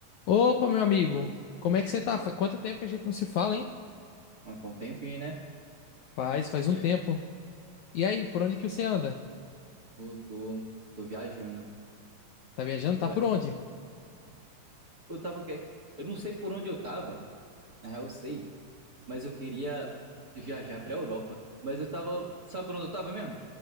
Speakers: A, on the left; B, on the right.
A: Opa, meu amigo, como é que você tá?
B: Ó,
A: Fa- Quanto tempo que a gente não se fala, hein?
B: ah, Foi um tempinho, né?
A: Faz, faz
B: Yeah.
A: um tempo. E aí, por onde que você anda?
B: Eu tô, tô viajando.
A: Tá viajando?
B: Eu,
A: Tá
B: ga-
A: por onde?
B: eu tava que... Eu não sei por onde eu tava. Na real, eu sei. Mas eu queria viajar pra Europa. Mas eu tava... Sabe por onde eu tava mesmo?